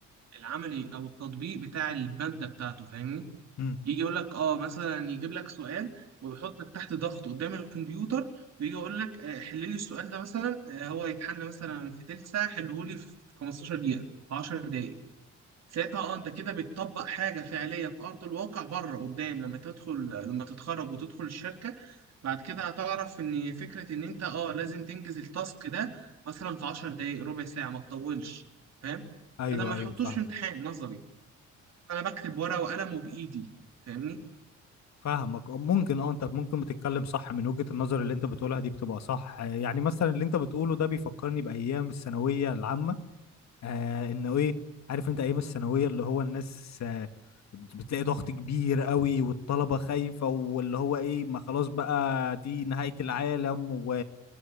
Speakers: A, on the right; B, on the left.
A: العملي او التطبيق بتاع الماده بتاعته فاهمني؟
B: امم
A: يجي يقول لك اه مثلا يجيب لك سؤال ويحطك تحت ضغط قدام الكمبيوتر ويجي يقول لك آه، حل لي السؤال ده مثلا آه، هو يتحل مثلا في تلت ساعه حله لي في 15 دقيقه في 10 دقائق ساعتها اه انت كده بتطبق حاجه فعليه في ارض الواقع بره قدام لما تدخل لما تتخرج وتدخل الشركه بعد كده هتعرف ان فكره ان انت اه لازم تنجز التاسك ده مثلا في 10 دقائق ربع ساعه ما تطولش فاهم
B: ايوه
A: ده ما
B: ايوه
A: يحطوش
B: فاهم
A: في امتحان نظري انا بكتب ورقه وقلم وبايدي فاهمني
B: فاهمك أه، ممكن اه انت ممكن بتتكلم صح من وجهة النظر اللي انت بتقولها دي بتبقى صح يعني مثلا اللي انت بتقوله ده بيفكرني بأيام الثانوية العامة آه انه ايه عارف انت ايام الثانويه اللي هو الناس آه بتلاقي ضغط كبير قوي والطلبه خايفه واللي هو ايه ما خلاص بقى دي نهايه العالم و...